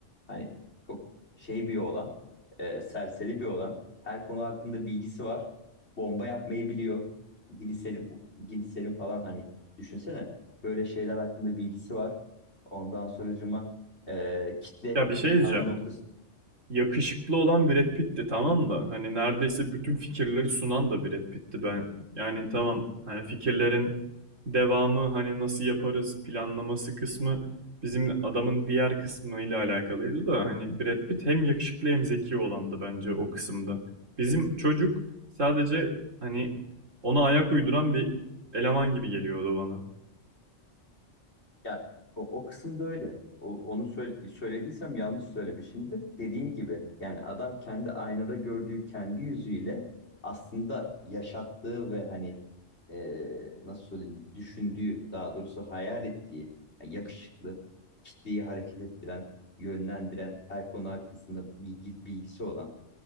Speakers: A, on the left; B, on the right.
A: hani çok şey bir olan serseri bir olan her konu hakkında bilgisi var. Bomba yapmayı biliyor. Gliserin, gliserin falan hani düşünsene böyle şeyler hakkında bilgisi var. Ondan sonracıma e, kitle
B: Ya bir şey
A: hitabı
B: diyeceğim.
A: noktası.
B: yakışıklı olan Brad Pitt'ti tamam da hani neredeyse bütün fikirleri sunan da Brad Pitt'ti ben yani tamam hani fikirlerin devamı hani nasıl yaparız planlaması kısmı bizim adamın diğer kısmıyla alakalıydı da hani Brad Pitt hem yakışıklı hem zeki olandı bence o kısımda. Bizim çocuk sadece hani ona ayak uyduran bir eleman gibi geliyordu bana.
A: Ya o, o kısımda öyle. O, onu söyle- söylediysem yanlış söylemişimdir. Dediğin gibi yani adam kendi aynada gördüğü kendi yüzüyle aslında yaşattığı ve hani e, nasıl söyleyeyim düşündüğü daha doğrusu hayal ettiği yani yakışıklı kitleyi hareket ettiren, yönlendiren, her konu hakkında bilgi, bilgisi olan.